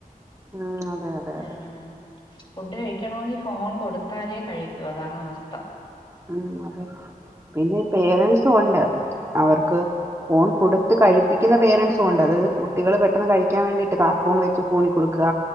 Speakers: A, on the right; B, on the left.
A: ഉം, അതെ അതെ
B: ഉ
A: അതെ
B: ഫുഡ് കഴിക്കണമെങ്കിൽ ഫോൺ കൊടുത്താലേ കഴിക്കൂ അതാണ് അവസ്ഥ
A: ഉ അതെ പിന്നെ പേരന്സും ഉണ്ട് അവർക്ക് ഫോൺ കൊടുത്ത് കഴിപ്പിക്കുന്ന പേരൻറ്സും കൊണ്ട് അതായത് കുട്ടികൾ പെട്ടെന്ന് കഴിക്കാൻ വേണ്ടിയിട്ട് കാർട്ടൂൺ വെച്ച് ഫോണി കൊടുക്കുക